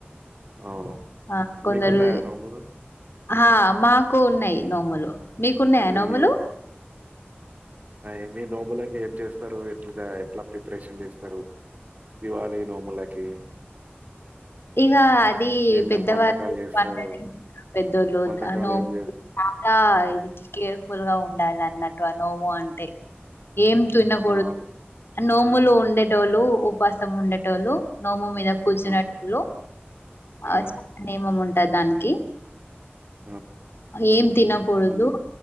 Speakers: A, on the right; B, on the left.
A: అవును.
B: ఆ కొందరుా
A: మీకున్నాయా నోములు?
B: హా మా కోన్నాయి నోములు మీకున్నాయా
A: మరి
B: నోములు
A: ఐ మీరు నోములకి ఏం చేస్తారు ఎట్లా ఎట్లా ప్రిపరేషన్ చేస్తారు దీవాళి నోములకి
B: ఇగా అది
A: ఏమేం
B: పెద్దవారు
A: వంటకాలు చేస్తారు?
B: పంట పెద్దోళ్ళు
A: వంటకాలు
B: నోము
A: ఏం చేస్
B: చాలా నికి కేర్ఫుల్ గా ఉండాలి అన్నట్టు అ నోము అంటే ఏం తినకూడదు
A: ఆ!
B: నోములు ఉండే టోళ్లు ఉపావాసం ఉండట్ టోళ్లు నోముమితు జ పుజనట్
A: ఆ!
B: లో
A: ఆ!
B: అజు నేమము ఉం అంటది దానికి
A: ఆ!
B: ఏం తినకూడదు
A: హ్మ్.